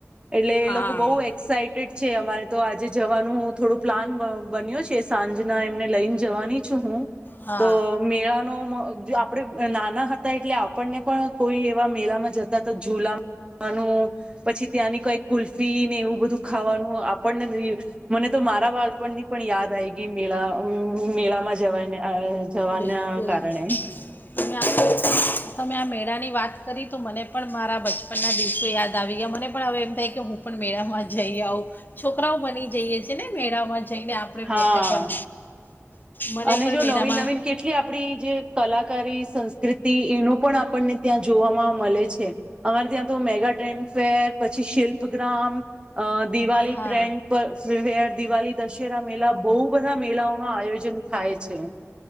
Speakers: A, on the right; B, on the left.
A: એટલે
B: હા
A: એ લોકો બહુ એક્સાઈટેડ છે અમારે તો આજે જવાનું થોડું પ્લાન બન્યો છે સાંજના એમને લઈને જવાની છું હું
B: હા
A: તો મેળા નો આપણેે નાના હતા એટલે આપણને પણ કોઈ એવા મેળામાં જતા તો ઝુલા ખવાનું પછી ત્યાંની કઈ કુલ્ફી ને એવું બધું ખાવાનું આપણને મને તો મારા બાળપણની પણ યાદ આવી ગઈ મેળા મેળામાં જવાય ને થવાના
B: બિલકુલ
A: કારણે..
B: તમે આ તમે આ મેળા ની વાત કરી તો મને પણ મારા બચપનના દિવસો યાદ આવી ગયા મને પણ હવે એમ થાય કે હું પણ મેળામાં જઈ આવઉં છોકરાઓ બની જઈએ છ.. જેને મેળામાં જઈને આપણે
A: હા
B: પોતે પણ.. મને
A: અને
B: પણ
A: જો
B: મેળામાં
A: નવીન-નવીન કેટલી આપડી જે કલાકારી સંસ્કૃતિ એનું પણ આપણને ત્યાં જોવામાં મળે છે અમારે ત્યાં તો મેગા ટ્રેન્ડફેર પછી શિલ્પગ્રામ અ દિવાળી
B: હા
A: ટ્રેન્ડ પર ર દિવાળ દશેરા મેળા બહુ બધા મેળઓનુ આયોજન થાય છે.